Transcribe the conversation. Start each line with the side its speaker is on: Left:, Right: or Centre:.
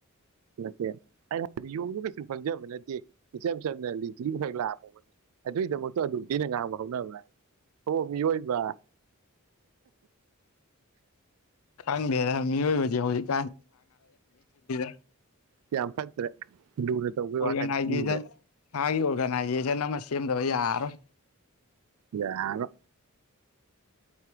Right: ꯅꯠꯇꯦ ꯑꯩꯅ ꯍꯥꯏꯕꯗꯤ ꯌꯣꯡꯕ ꯀꯩꯁꯨ ꯈꯪꯖꯕ ꯅꯠꯇꯦ ꯏꯆꯝ ꯆꯝꯅ ꯂꯤꯆꯤ ꯑꯝꯈꯛ ꯂꯥꯝꯃꯨꯕꯅꯤ ꯑꯗꯨꯏꯗꯃꯛꯇ ꯑꯗꯨꯛ ꯊꯤꯅ ꯉꯥꯡꯕ ꯍꯧꯅꯕ꯭ꯔꯥ ꯍꯣ ꯃꯤꯑꯣꯏꯕ <inaudible>
Left: ꯈꯪꯗꯦꯗ ꯃꯤꯑꯣꯏꯕꯖꯦ ꯍꯧꯖꯤꯛ <unintelligible>
Right: ꯌꯥꯝ ꯐꯠꯇ꯭ꯔꯦ ꯂꯨꯅ ꯇꯧꯕꯩ
Left: ꯑꯣꯔꯒꯅꯥꯏꯖꯦꯁꯟ
Right: ꯋꯥꯈꯜ ꯈꯟꯗ꯭ꯔꯦ
Left: ꯍꯥꯏ ꯑꯣꯔꯒ ꯅꯥꯏꯖꯦꯁꯟ ꯑꯃ ꯁꯦꯝꯗꯕ ꯌꯥꯔꯔꯣꯏ
Right: ꯌꯥꯔꯔꯣꯏ